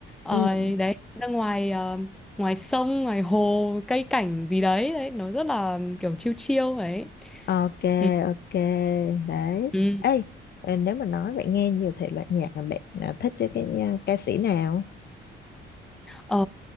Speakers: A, in the centre; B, on the left.
A: Ờ,
B: ừ
A: đấy ra ngoài ờ, ngoài sông ngoài hồ cây cảnh gì đấy đấy nó rất là kiểu chill chill ấy
B: Ok,
A: ừ.
B: ok, đấy.
A: ừ.
B: Ê, ờ, nếu mà nói vậy nghe nhiều thể loại nhạc mà bạn à, thích chứ cái à, ca sĩ nào?
A: Ờ,